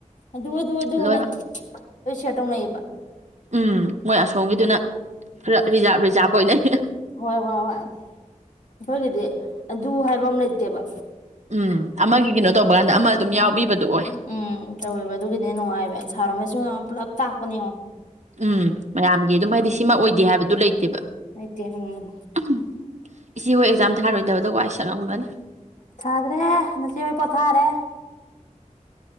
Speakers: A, on the left; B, on the right.
A: ꯑꯗꯨ ꯑꯗꯨ ꯑꯗꯨꯅ
B: ꯂꯣꯏꯅꯃꯛ
A: ꯂꯣꯏꯅ ꯁꯇꯣꯛꯅꯩꯌꯦꯕꯥ
B: ꯎꯝ ꯃꯣꯏ ꯑꯁꯣꯝꯒꯤꯗꯨꯅ ꯔꯥ ꯔꯤꯖꯥ ꯔꯤꯖꯥꯕ ꯑꯣꯏꯅꯩ
A: ꯍꯣꯏ ꯍꯣꯏ ꯍꯣꯏ ꯑꯩꯈꯣꯏꯒꯤꯗꯤ ꯑꯗꯨ ꯍꯥꯏꯕ ꯑꯃ ꯂꯩꯇꯦꯕ
B: ꯎꯝ ꯑꯃꯒꯤ ꯀꯩꯅꯣ ꯇꯧꯕ ꯀꯥꯟꯗ ꯑꯃ ꯑꯗꯨꯝ
A: ꯎꯝ
B: ꯌꯥꯎꯕꯤꯕꯗꯣ ꯑꯣꯏ
A: ꯎꯝ ꯇꯧꯋꯦꯕ ꯑꯗꯨꯒꯤꯗꯤ ꯅꯨꯡꯉꯥꯏꯕ ꯁꯔꯥꯃꯁꯨꯉꯝ ꯄꯨꯂꯕ ꯊꯥꯛꯕꯅꯤ ꯌꯦꯉꯨ
B: ꯎꯝ ꯃꯌꯥꯝꯒꯤ ꯑꯗꯨꯝ ꯍꯥꯏꯗꯤ ꯁꯤꯃ ꯑꯣꯏꯗꯦ
A: ꯎꯝ
B: ꯍꯥꯏꯕꯗꯨ ꯂꯩꯇꯦꯕ
A: ꯂꯩꯇꯦ ꯎꯝ
B: ꯇꯨꯗꯨꯝ ꯏꯆꯦ ꯍꯣꯌ ꯑꯦꯀꯖꯥꯝ ꯊꯥꯔꯣꯏꯗꯕꯗꯨ ꯋꯥꯏ ꯁꯥꯡꯝꯒꯅꯤ
A: ꯊꯥꯗ꯭ꯔꯦ ꯅꯆꯦ ꯍꯣꯏ ꯄꯣꯊꯥꯔꯦ